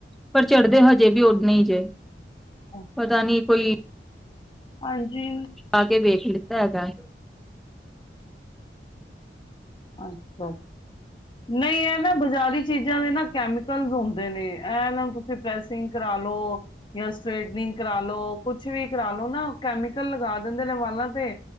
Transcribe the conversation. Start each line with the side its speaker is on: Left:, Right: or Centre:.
Centre: ਪਰ ਚੜ੍ਹਦੇ ਹਜੇ ਵੀ ਉਹਨੇ ਜੇ।
Left: ਅੱਛਾ
Centre: ਪਤਾ ਨੀ ਕੋਈ।
Left: ਹਾਂਜੀ।
Centre: ਆ ਕੇ ਵੇਖ ਲਈ ਹੈਗਾ।
Left: ਅੱਛਾ। ਨਹੀਂ ਹੈ ਨਾ ਬਾਜ਼ਾਰੀ ਚੀਜ਼ਾਂ ਦੇ ਨਾ ਕੈਮੀਕਲ ਹੁੰਦੇ ਨੇ ਇਹ ਨਾ ਤੁਸੀਂ ਪ੍ਰੈਸਿੰਗ ਕਰਾ ਲੋ, ਜਾਂ ਸਟ੍ਰੇਟਨਿੰਗ ਕਰਾ ਲੋ ਕੁਛ ਵੀ ਕਰਾ ਲੋ ਨਾ ਕੈਮੀਕਲ ਲਗਾ ਦਿੰਦੇ ਨੇ ਵਾਲਾਂ ਤੇ